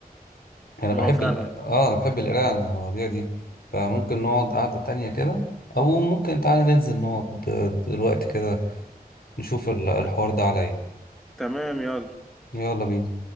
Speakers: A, on the left (about 70°); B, in the centre.
A: انا بحب
B: هو فعلا
A: ال... اه انا بحب القراءة عن المواضيع دي فممكن نقعد قعدة تانية كده او ممكن تعالى ننزل نقعد آه، دلوقتي كده نشوف ال- الحوار
B: ت-
A: ده على ايه
B: تمام يلا
A: يلا بينا